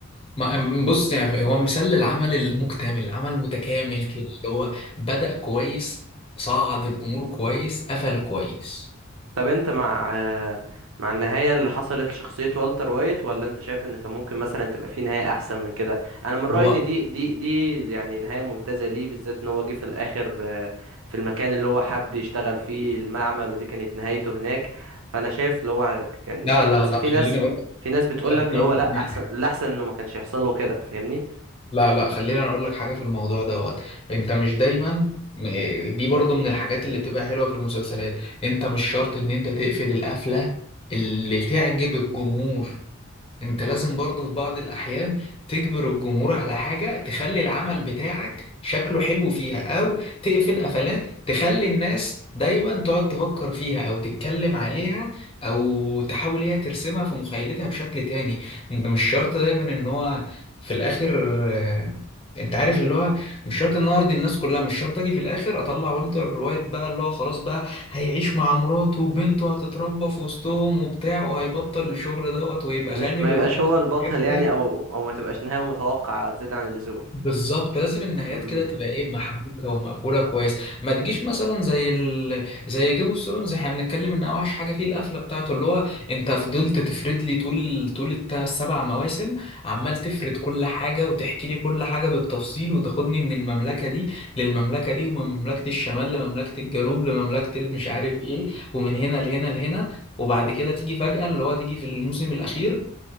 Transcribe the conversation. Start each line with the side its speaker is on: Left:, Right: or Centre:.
Left: ما- بص يعني هو مثال للعمل المكتمل العمل المتكامل كده اللي هو بدأ كويس صعد الأمور كويس قفل كويس
Right: طب انت مع مع النهاية اللي حصلت لشخصية والتر وايت ولا انت شايف ان كان ممكن مثلا تبقى في نهاية احسن من كده انا من رأيي
Left: هو
Right: ان دي دي دي يعني نهاية ممتازة ليه بالذات ان هو جه في الاخر آه، في المكان اللي هو حب يشتغل فيه المعمل ودي كانت نهايته هناك فانا شايف اللي هو كان
Left: لا
Right: يعني
Left: لا
Right: أصل
Left: لا
Right: في
Left: خليني
Right: ناس
Left: أقول لك
Right: في ناس بتقول
Left: خليني
Right: لك اللي هو
Left: أقول
Right: لا
Left: لك
Right: احسن الاحسن انه ما كانش يحصل له كده فاهمني
Left: لا لا خليني أقول لك حاجة في الموضوع دوت أنت مش دايما م- دي برضو من الحاجات اللي بتبقى حلوة في المسلسلات أنت مش شرط إن أنت تقفل القفلة اللي تعجب الجمهور انت لازم برضو في بعض الاحيان تجبر الجمهور على حاجة تخلي العمل بتاعك شكله حلو فيها او تقفل قفلات تخلي الناس دايما تقعد تفكر فيها او تتكلم عليها او تحاول هي ترسمها في مخيلتها بشكل تاني انت مش شرط دايما ان هو في الاخر آه، انت عارف اللي هو مش شرط ان أنا ارضي الناس كلها مش شرط اجي في الاخر اطلع والتر وايت بقى اللي هو خلاص بقى هيعيش مع مراته وبنته هتتربى في وسطهم وبتاع وهيبطل الشغل دوت ويبقى
Right: مش
Left: غني
Right: ما
Left: ويروح
Right: يبقاش
Left: يفتح
Right: هو البطل
Left: شركة
Right: يعني او او ما تبقاش نهاية متوقعة زيادة عن اللزوم
Left: بالظبط لازم النهايات
Right: امم
Left: كده تبقى ايه محبوكه ومقفوله كويس ما تجيش مثلا زي ال... زي جيم اوف ثرونز احنا بنتكلم ان اوحش حاجه فيه القفله بتاعته اللي هو انت فضلت تفرد لي طول ال... طول التا- السبع مواسم عمال تفرد كل حاجه وتحكي لي كل حاجه بالتفصيل وتاخدني من المملكه دي للمملكه دي ومن مملكه الشمال لمملكه الجنوب لمملكه مش عارف ايه ومن هنا لهنا لهنا وبعد كده تيجي فجأة اللي هو تيجي في الموسم الأخير